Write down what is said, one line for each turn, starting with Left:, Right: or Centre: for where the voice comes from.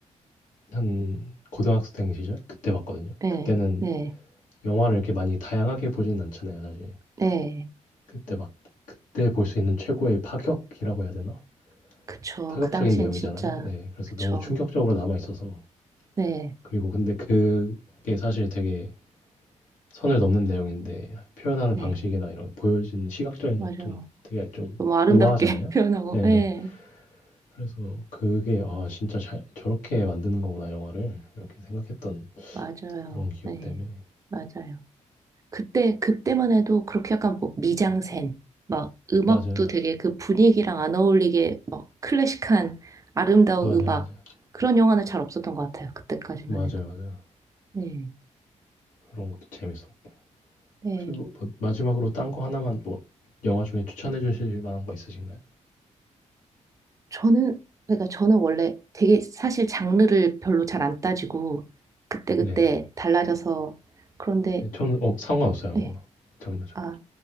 Left: 한 고등학생 시절 그때 봤거든요.
Right: 네,
Left: 그때는
Right: 네,
Left: 영화를 이렇게 많이 다양하게 보진 않잖아요, 사실.
Right: 네.
Left: 그때 막 그때 볼 수 있는 최고의 파격이라고 해야 되나?
Right: 그쵸.
Left: 파격적인
Right: 그 당시엔
Left: 내용이잖아요.
Right: 진짜,
Left: 네. 그래서
Right: 그쵸.
Left: 너무 충격적으로 남아 있어서
Right: 네,
Left: 그리고 근데 그게 사실 되게 선을 넘는 내용인데 표현하는
Right: 네,
Left: 방식이나 이런 보여진 시각적인
Right: 맞아요.
Left: 것도 되게 좀
Right: 너무 아름답게
Left: 우아하잖아요.
Right: <laughs> 표현하고,
Left: 네.
Right: 네,
Left: 그래서 그게 아 진짜 잘 저렇게 만드는 거구나 영화를 이렇게 생각했던
Right: 맞아요.
Left: 그런 기억
Right: 네,
Left: 때문에
Right: 맞아요. 그때, 그때만 해도 그렇게 약간 뭐 미장센, 막 음악도
Left: 맞아
Right: 되게 그 분위기랑 안 어울리게 막 클래식한 아름다운
Left: 맞아
Right: 음악,
Left: 맞아
Right: 그런 영화는 잘 없었던 것 같아요. 그때까지만
Left: 맞아
Right: 해도.
Left: 맞아
Right: 네,
Left: 그런 것도 재밌어.
Right: 네.
Left: 혹시 뭐, 뭐 마지막으로 딴 거 하나만 뭐 영화 중에 추천해 주실 만한 거 있으신가요?
Right: 저는, 그러니까 저는 원래 되게 사실 장르를 별로 잘 안 따지고 그때그때
Left: 네네.
Right: 달라져서 그런데,
Left: 네, 저는 어, 상관없어요 아무거나
Right: 네.
Left: 장르죠.
Right: 아,